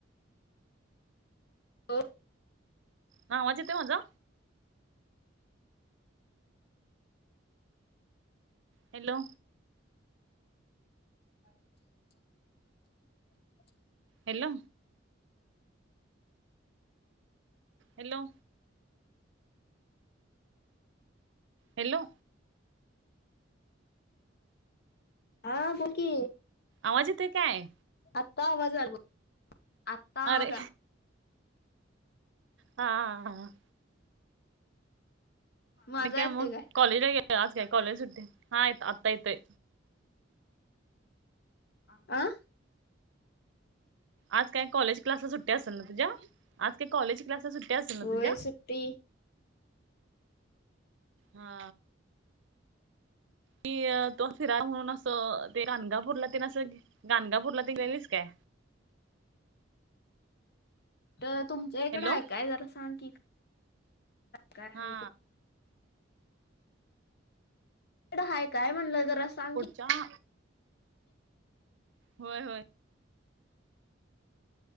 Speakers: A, on the left; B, on the right.
A: हो
B: हा आवाज येतो माझा हॅलो
A: <unintelligible>
B: हॅलो हॅलो हॅलो
A: हा बोल कि
B: आवाज येतयं काय
A: आत्ता आवाज आला बघ आत्ता आवाज
B: अरे
A: आ
B: हा हा हा
A: माझा
B: आणि काय
A: येतोय
B: मग कॉलेज आज काय कॉलेज सुट्टी हा आता येतोय,
A: ह्
B: आज काय कॉलेज क्लास सुट्टी असेल ना तुझ्या आज ते कॉलेज क्लासेस सुट्या असतील ना
A: होय
B: तुझ्या
A: सुट्टी
B: हा कि तो फिरा म्हणून असं ते गानगापूरला त गानगापूरला ती गेलीच काय
A: तर तुमच्या इकडें
B: हॅलो
A: ऐकाय जरा सांग की काय आहे
B: हा
A: इकडं तिकडं काय म्हणलं जरा सांग
B: चहा होय होय